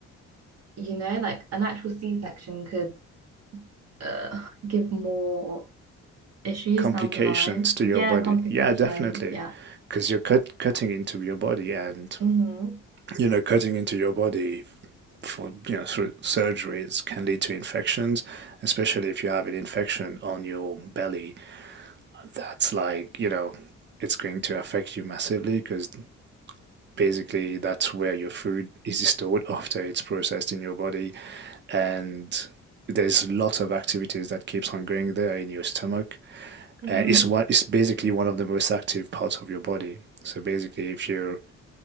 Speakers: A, on the right (about 55°); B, on the right (about 35°).
A: you know, like an actual C-section could uh, give more issues
B: Complications
A: down the line.
B: to
A: Yeah,
B: your body.
A: complications.
B: Yeah, definitely.
A: Yeah.
B: Because you're cut, cutting into your body and,
A: Mm-hmm.
B: you know, cutting into your body for you know through surgeries can lead to infections especially if you have an infection on your belly that's like you know it's going to affect you massively because basically that's where your food is stored <laughs> after it's processed in your body and there's lots of activities that keeps on going there in your stomach
A: Mm-hmm.
B: uh, it's what it's basically one of the most active parts of your body so basically if you're